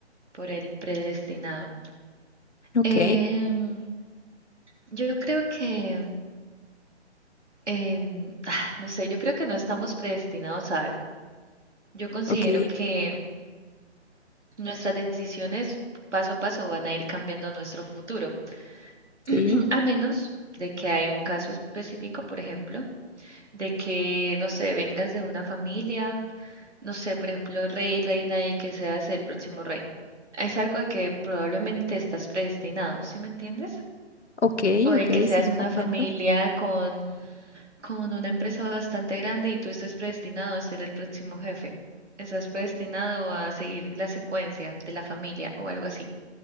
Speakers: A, on the right (about 80°); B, on the left (about 75°).
A: por el predestinado.
B: ok,
A: Em, yo creo que, em, ah, no sé, yo creo que no estamos predestinados a algo. Yo considero
B: ok,
A: que nuestras decisiones paso a paso van a ir cambiando nuestro futuro.
B: sí,
A: <clears throat> A menos de que hay un caso específico, por ejemplo, de que, no sé, vengas de una familia, no sé, por ejemplo, rey, reina y que seas el próximo rey. Es algo de que probablemente estás predestinado, ¿sí me entiendes?
B: ok,
A: O
B: ok,
A: de que
B: sí,
A: seas una
B: comprendo.
A: familia con, con una empresa bastante grande y tú estés predestinado a ser el próximo jefe. Estás predestinado a seguir la secuencia de la familia o algo así.